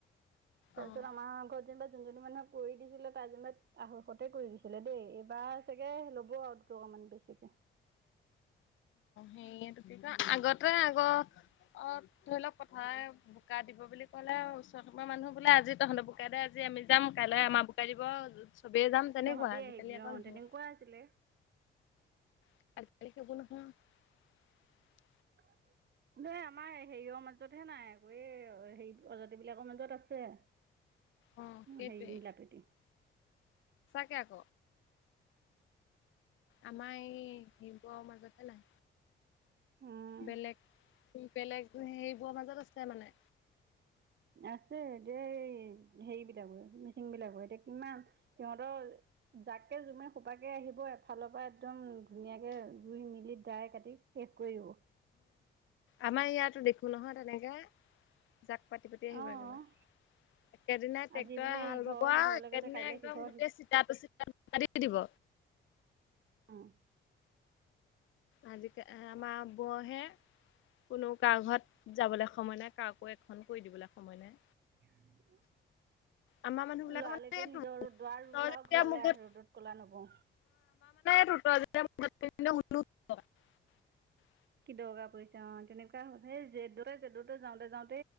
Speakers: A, on the right; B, on the left.
A: তাৰপিছত
B: অ',
A: আমাৰ ঘৰ যেনিবা যোনজনী মানুহক কৰি দিছিলে তাই যেনিবা আঢ়ৈষতে কৰি দিছিলে দেই এইবাৰ চাগে ল'ব আৰু দুটকামান বেছি
B: সেয়ি এতো কি কয় আগতে আগ। অ ধৰি লওঁক পথাৰ বোকা দিব বুলি ক'লে ওচৰ পঙৰ মানুহ বোলে আজি তহঁতৰ বোকা দ আজি আমি যাম কাইলৈ আমাৰ বুকা দিব। চবেই যাম তেনেকুৱা
A: তহঁতে
B: আজিকালি
A: আহিবি
B: আকৌ
A: অ
B: নহয়।
A: তেনেকুৱা আছিলে।
B: <unintelligible>
A: <unintelligible> ন আমাৰ হেৰিয়ৰ মাজতহে নাই আকৌ এই হেৰি প্ৰজাতি বিলাকৰ মাজত আছে। উ
B: অ', সেইটোৱে।
A: সেই নীলাপেটি।
B: তাকে আক আমা এই হিম্পুমাজতেই নাই
A: উম।
B: বেলেগ বেলেগ সেইবোৰৰ মাজত আছে মানে।
A: আছে এতিয়া এই হেৰি বিলাকৰ মিচিং বিলাকৰ এতিয়া কিমান সিহঁতৰ। তাককৈ জোমে সোপাকৈ আহিব এফালৰ পৰা একদম ধুনীয়াকৈ ৰুই মেলি ডাই কাটি শেষ কৰি দিব।
B: আমাৰ ইয়াতো দেখো নহয় তেনেকে জাক পাতি
A: অ',
B: পাতি আহিব একেবাৰে। একেদিনাই
A: আজি
B: ট্ৰেক্টৰে
A: বোলে
B: হাল
A: ইঘৰ
B: বাব
A: সিঘৰলৈ
B: আৰু একেদিনাই
A: গৈছে কাইলৈ
B: একদম
A: সিঘৰ
B: গোটেই চিতা চিত দিব।
A: অহ।
B: আজিকে আমা বহে। কোনো কাৰ ঘৰত যাবলৈ সময় নাই কাকো এখন কৰি দিবলৈ সময় নাই।
A: অ।
B: আমাৰ মানুহ বিলাকৰ
A: লৰা
B: মানে
A: লকে
B: সেইটো
A: নিজৰ দাৰ ৰুা
B: তই যেতিয়া
A: ঘৰলে
B: মোৰ ঘৰত
A: আহ ৰ'দত কলা নব।
B: আন্
A: কি দৰকাৰ পৰিইচা অ তেনেকুৱা হ'ল সেই যদৰেদৰ যাওঁতে যাওঁতে।